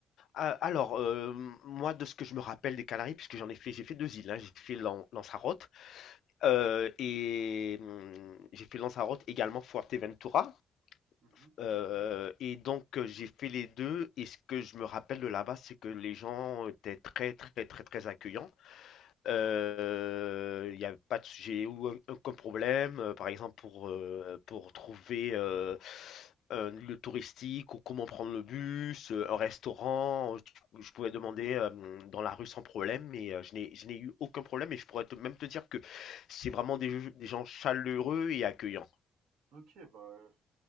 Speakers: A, on the left (about 70°); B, on the right (about 80°).
A: Euh, Alors, euh, moi, de ce que je me rappelle des Canaries, puisque j'en ai fait, j'ai fait deux îles, hein. J'ai fait Lan- Lanzarote Euh, et hum, j'ai fait Lanzarote également, Fuerteventura.
B: Mhm.
A: Euh, et donc euh, j'ai fait les deux. Et ce que je me rappelle de là-bas, c'est que les gens étaient très très très très accueillants. Euh,
B: Ok.
A: Il euh, n'y a pas de sujet ou aucun problème, euh, par exemple pour, euh, pour trouver euh, un lieu touristique ou comment prendre le bus, euh, un restaurant. euh, Je, je pouvais demander euh, dans la rue sans problème, mais euh, je n'ai, je n'ai eu aucun problème et je pourrais te- même te dire que c'est vraiment des, des gens chaleureux et accueillants.
B: Ok, bah